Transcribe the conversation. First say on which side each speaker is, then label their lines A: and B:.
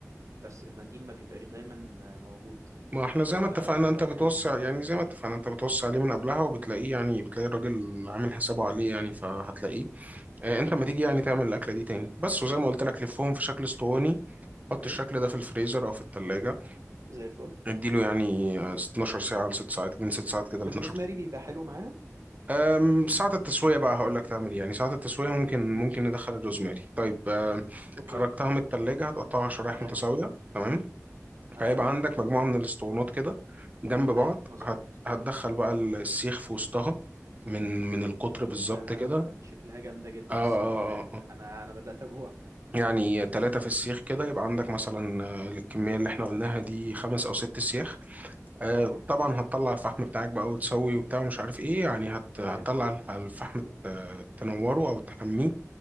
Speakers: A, on the right; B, on the right.
A: بس المنديل ما بيبقاش دايما آه، موجود
B: ما احنا زي
A: فانت
B: ما اتفقنا
A: تقترح
B: انت بتوسع
A: ايه
B: يعني زي ما اتفقنا انت بتوسع عليه من قبلها وبتلاقيه يعني بتلاقي الراجل عامل حسابه عليه
A: امم
B: يعني فهتلاقيه اه انت
A: امم
B: ما تيجي يعني تعمل الاكله دي تاني بس وزي ما قلت لك لفهم في شكل
A: اوكي
B: اسطواني حط
A: اوكي
B: الشكل ده في الفريزر او في التلاجة
A: زي الفل
B: اديله يعني آه، 12 ساعه ل 6 ساعات من 6 ساعات كده ل
A: الروزماري
B: 12
A: بيبقى حلو معاها
B: آم، ساعه التسويه بقى هقول لك تعمل ايه يعني ساعه التسويه ممكن
A: امم
B: ممكن ندخل الروزماري طيب آه،
A: اوكي
B: خرجتها من التلاجة هتقطعها شرايح
A: ايوه
B: متساويه تمام
A: ايوه
B: فهيبقى عندك مجموعة من الاسطوانات كده جنب بعض
A: ايوه مظبوط
B: هت... هتدخل بقى السيخ في وسطها من من القطر
A: شكلها
B: بالظبط كده
A: شكلها جامدة جدا
B: آه,
A: الصراحة
B: آه,
A: يعني
B: آه, آه.
A: انا انا بدأت اجوع
B: يعني ثلاثة في السيخ كده يبقى عندك مثلا آه، للكمية اللي احنا قلناها دي خمس أو ست سياخ آه
A: اها
B: طبعا هتطلع الفحم بتاعك بقى وتسوي وبتاع ومش عارف ايه يعني هت...
A: تمام
B: هتطلع ال- الفحم ت- تنوره أو تحميه